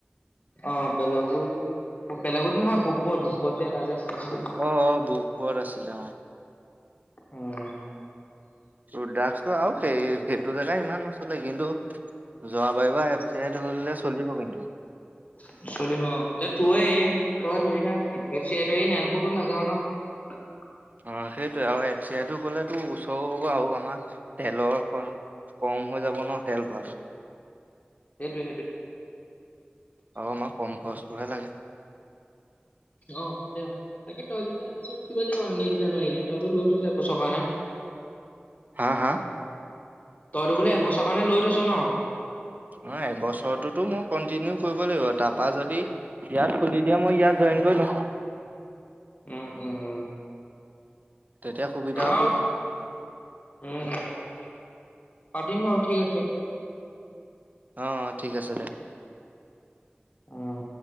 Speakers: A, on the left; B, on the right.
A: অ বেলগুৰি, বেলগত নহয় ভূপত ভূপত যে এটা আছিলে। সেইটো
B: অ আহ বপুৱাত আছিলে
A: উম।
B: ৰুদ্ৰাক্সটো আৰু সেই সেইটো জেগা ইমান নচলে কিন্তু। যোৱাবাৰিব এফ চি ধৰিলে চলিব কিন্তু।
A: চলিব এতিয়া তয়ে তই ধৰি এ চ নয়নপুৰতো নাযাও ন <unintelligible>
B: অ সেইটয়ে আৰু এফ চি আইটো কলেতো ওচৰো হ'ব আৰু আমাৰ তেলৰ- কম হৈ যাব ন তেল ভৰাটো
A: সেইটোৱে
B: অ
A: সেইটোৱে।
B: আমাক কম খৰচটোহে লাগে।
A: অ তেওঁ। তাকে তই দেখোন এবছৰ ৰখিবই লাগিব আৰু নেক্সট জানুৱাৰীলে, তইতো লৈ থৈছ এবছৰ কাৰণে। <inaudible>
B: হা? হা?
A: তইতো বোলে এবছৰ কাৰণে লৈ থৈছ ন।
B: অ, এবছৰটোতো মই কন্টিনিউ কৰিব লাগিব। তাৰপা যদি ইয়াত খুলি দিয়ে, মই ইয়াত জইন কৰি লম।
A: উম, উম।
B: তেতিয়া সুবিধা
A: বাৰু
B: হ'ব ন?
A: উম উম তাকে পাতিম বাৰু ঠিক আছে।
B: অ, অ। ঠিক আছে দে।
A: অঁ।